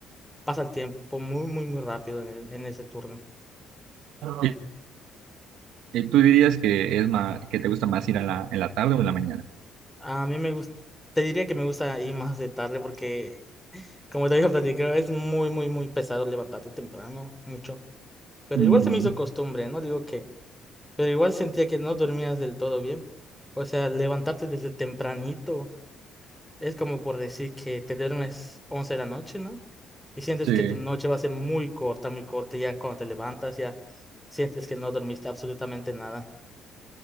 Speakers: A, in the centre; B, on the right.
A: pasa el tiempo muy, muy, muy rápido en, el- en ese turno.
B: ¿Y, y tú dirías que es más, que te gusta más ir a la, en la tarde o en la mañana?
A: A mí me gusta, te diría que me gusta ir más de tarde porque como te había platicado es muy, muy, muy pesado levantarte temprano, mucho, pero
B: Mm,
A: igual se me hizo costumbre, no digo que, pero igual sentía que no dormías del todo bien, o sea, levantarte desde tempranito. Es como por decir que te duermes 11 de la noche, ¿no? Y sientes
B: sí.
A: que tu noche va a ser muy corta, muy corta, y ya cuando te levantas ya sientes que no dormiste absolutamente nada.